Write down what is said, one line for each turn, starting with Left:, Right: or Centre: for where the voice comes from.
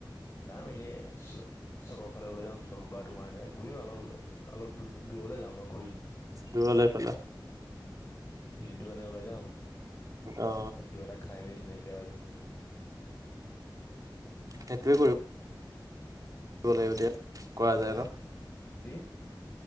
Left: যাম এনেই চ চকৰ ফালে ওলাই যাম চক বা তোমাৰ এনে ঘূৰিম অলপ অলপ দূ দূৰলে যাম আও ঘূৰিম
Right: দূৰলে কলা
Left: উম দিনটো কাৰণে ওলাই যাম
Right: অ
Left: কিবা এটা খাই মেলি ধুননিয়াকে কৈ আৰু <unintelligible>
Right: সেইটোৱে কৰিব লাগিব দিয়া কৰা যায়
Left: হেঁ
Right: ন
Left: কি?